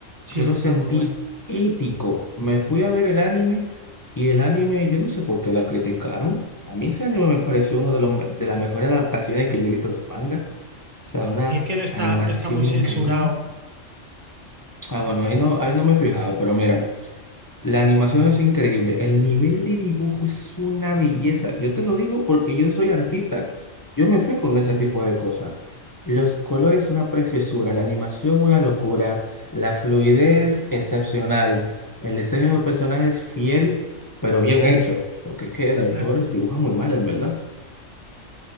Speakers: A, on the right; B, on the left.
A: Sí,
B: Yo
A: eso
B: lo sentí
A: está muy guay.
B: épico. Me fui a ver el anime y el anime, yo no sé por qué la criticaron. A mí ese anime me pareció una de, los me- de las mejores adaptaciones que yo he visto de los mangas. O sea, una
A: Y es que no está,
B: animación
A: no está muy censurado.
B: increíble. Ah, bueno, ahí no, ahí no me he fijado, pero mira. La animación es increíble. El nivel de dibujo es una belleza. Yo te lo digo porque yo soy artista. Yo
A: Ujú,
B: me fijo en ese tipo de cosas. Los colores, una preciosura. La animación, una locura. La fluidez, excepcional. El diseño de personajes, fiel, pero bien hecho. Porque es que el autor
A: claro,
B: dibuja muy mal, en verdad.